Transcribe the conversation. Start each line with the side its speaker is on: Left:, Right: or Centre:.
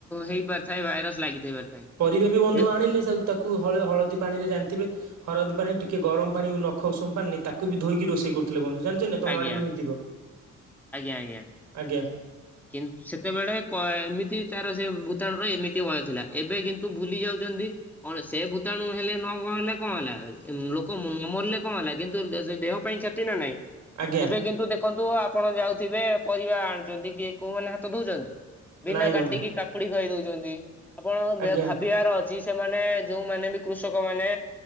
Centre: ହେଇପାରିଥାଏ ଭାଇରସ୍ ଲାଗିଥାଇ ପାରିଥାଏ।
Right: ପରିବା ବି ବନ୍ଧୁ
Centre: ଏ-
Right: ଆଣିଲେ ତା ତାକୁ ହଳଦୀ ପାଣିରେ ଜାଣିଥିବେ ହଳଦୀ ପାଣି ଟିକେ ଗରମ ପାଣି ନଖ ଉଷୁମ ପାଣି ତାକୁ ବି ଧୋଇକି ରୋଷେଇ କରୁଥିଲେ ବନ୍ଧୁ ଜା ତମ
Centre: ଆଜ୍ଞା
Right: ଆଡ଼େ ବି ହେଇଥିବ
Centre: ଆଜ୍ଞା ଆଜ୍ଞା।
Right: ଆଜ୍ଞା।
Centre: କିନ୍ତୁ ସେତେବେଳେ ଏମିତି ତାର ସେ ଭୂତାଣ ର ଏମିତି ଭୟ ଥିଲା ଏବେ କିନ୍ତୁ ଭୁଲି ଯାଉଛନ୍ତି। ସେ ଭୂତାଣୁ ହେଲେ ନ କଣ ହେଲେ କଣ ହେଲା ଲୋକ ନ ମରିଲେ କଣ ହେଲା କିନ୍ତୁ ସେ ଦେହ ପାଇଁ କ୍ଷ କ୍ଷତି ନା ନାଇଁ?
Right: ଆଜ୍ଞା
Centre: ଏବେ କିନ୍ତୁ ଦେଖନ୍ତୁ ଆପଣ ଯାଉଥିବେ ପରିବା ଆଣୁଛନ୍ତି କିଏ କୋଉ ମାନେ ହାତ ଧୋଉଛନ୍ତି। ବିନା
Right: ନାଇଁ
Centre: କାଟିକି
Right: ବନ୍ଧୁ
Centre: କାକୁଡ଼ି ଖାଇ ଦଉଛନ୍ତି ଆପଣ
Right: ଆଜ୍ଞା
Centre: ଭାବିବାର ଅ ଅଛି ସେମାନେ ଯୋଉମାନେ ବି କୃଷକ ମାନେ